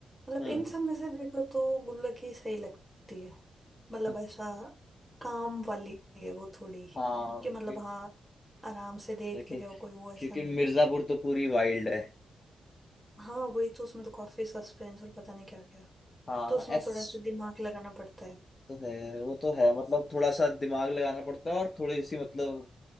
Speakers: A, in the centre; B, on the left.
A: मतलब
B: हम्म
A: इन सब में से देखो तो गुल्लक ही सही लगती है मतलब
B: अच्छा
A: ऐसा काम वाली है वो थोड़ी
B: हाँ
A: कि
B: क्यों-
A: मतलब हाँ आराम से देखते
B: क्योंकि
A: जाओ कोई वो ऐसा
B: क्योंकि
A: नहीं
B: मिर्जापुर
A: है।
B: तो पूरी वाइल्ड है
A: हाँ वही तो उसमें तो काफी सस्पेंस और पता नहीं क्या क्या
B: हाँ
A: तो उसमें
B: एस
A: थोड़ा सा दिमाग लगाना पड़ता है
B: तो है वो तो है मतलब थोड़ा सा दिमाग लगाना पड़ता है और थोड़ी सी मतलब